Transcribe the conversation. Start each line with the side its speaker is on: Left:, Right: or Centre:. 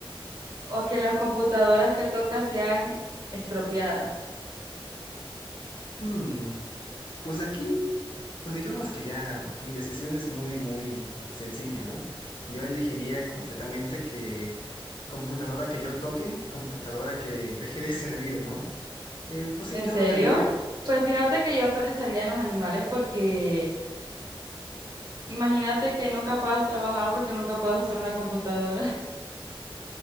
Right: o que las computadoras que tocas sean estropeadas.
Left: Hmm, pues aquí, pues digamos que ya mi decisión es muy, muy sencilla, ¿no? Yo elegiría completamente que computadora que yo toque, computadora que deje de <laughs> servir, ¿no? Eh, pues sí,
Right: ¿En
Left: yo
Right: serio?
Left: no tendría
Right: Pues fíjate que yo pensaría en los animales porque imagínate que nunca puedas trabajar porque nunca puedas usar una computadora. <laughs>